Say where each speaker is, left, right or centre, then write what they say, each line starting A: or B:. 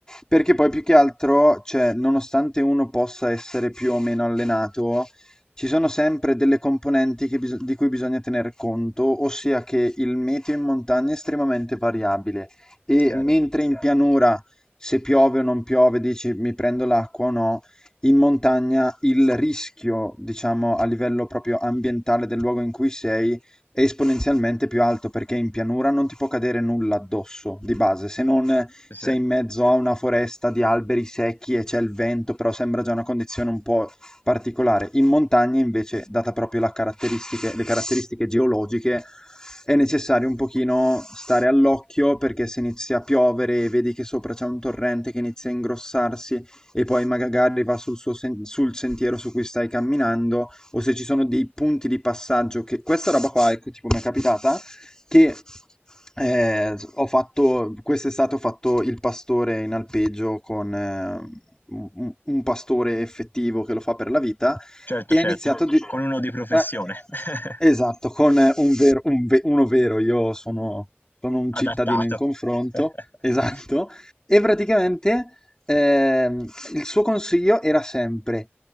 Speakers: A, on the left; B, on the left.
A: perché poi più che altro, cioè, nonostante uno possa essere più o meno allenato, ci sono sempre delle componenti che bis- di cui bisogna tener conto, ossia che il meteo in montagna è estremamente variabile e
B: chiaro.
A: mentre in pianura, se piove o non piove, dici mi prendo l'acqua o no, in montagna il rischio, diciamo, a livello proprio ambientale del luogo in cui sei è esponenzialmente più alto perché in pianura non ti può cadere nulla addosso di base, se non
B: Sì, sì.
A: sei in mezzo a una foresta di alberi secchi e c'è il vento, però sembra già una condizione un po' particolare. In montagna invece, data proprio la caratteristiche- le caratteristiche geologiche, è necessario un pochino stare all'occhio perché se inizia a piovere e vedi che sopra c'è un torrente che inizia a ingrossarsi e poi magari va sul, suo sen- sul sentiero su cui stai camminando o se ci sono dei punti di passaggio che questa roba qua, ecco, tipo mi è capitata che eh, ho fatto quest'estate ho fatto il pastore in alpeggio con eh, un, un- un pastore effettivo che lo fa per la vita
B: Certo,
A: e
B: certo,
A: ha iniziato di...
B: con uno di professione.
A: eh,
B: <laughs>
A: esatto, con eh, un vero, un ve- uno vero, io sono, sono un
B: Adattato.
A: cittadino in confronto,
B: <laughs>
A: <laughs> esatto, e praticamente ehm, il suo consiglio era sempre